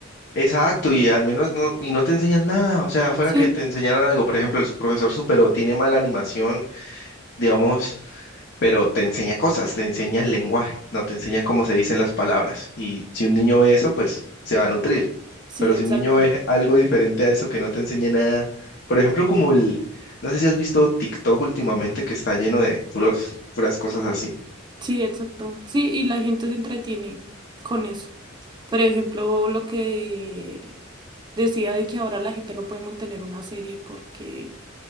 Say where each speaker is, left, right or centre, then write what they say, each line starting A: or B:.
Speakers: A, on the left (about 55°); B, on the right (about 20°).
A: Exacto, y al menos no, y no te enseñan nada, o sea, fuera
B: Sí,
A: que te enseñaran algo, por ejemplo, el su- profesor supero tiene mala animación, digamos, pero te enseña cosas, te enseña el lenguaje, no te enseña cómo se dicen las palabras, y si un niño ve eso, pues se va a nutrir,
B: sí,
A: pero
B: exacto.
A: si un niño ve <laughs> algo diferente a eso que no te enseña nada, por ejemplo, como el, no sé si has visto TikTok últimamente que está lleno de puros, puras cosas así.
B: Sí, exacto. Sí, y la gente se entretiene con eso. Por ejemplo, lo que decía de que ahora la gente no puede mantener una serie porque